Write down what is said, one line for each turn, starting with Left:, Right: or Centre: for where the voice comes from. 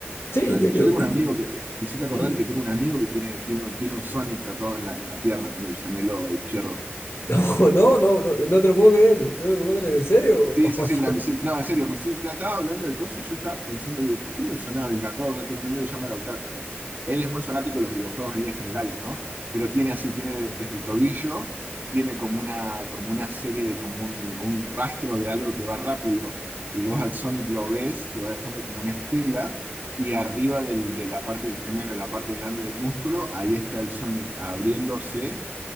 Left: sí,
Right: es fanática.
Left: yo creo.
Right: Yo tengo un amigo que, me hiciste acordar
Left: <clears throat> ¿Mm?
Right: que tengo un amigo que tiene, tiene, un- tiene un Sonic tatuado en la, en la pierna, en el gemelo izquierdo
Left: <laughs> No, no, no, no te lo puedo creer, no te lo puedo creer, ¿en serio?
Right: Sí,
Left: <laughs>
Right: sí, sí, mira, me hiciste- no, en serio, me hiciste- estaba hablando de cosas y yo estaba pensando, digo, ¿por qué me sonaba? Y me acuerdo, tengo un amigo que se llama Lautaro. Él es muy fanático de los videojuegos en líneas generales, ¿no? Pero tiene así, tiene de- desde el tobillo, tiene como una, como una serie de, como un, un rastro de algo que va rápido, y vos al Sonic lo ves, que va dejando como una estela, y arriba del- de la parte del gemelo, la parte grande del músculo, ahí está el Sonic abriéndose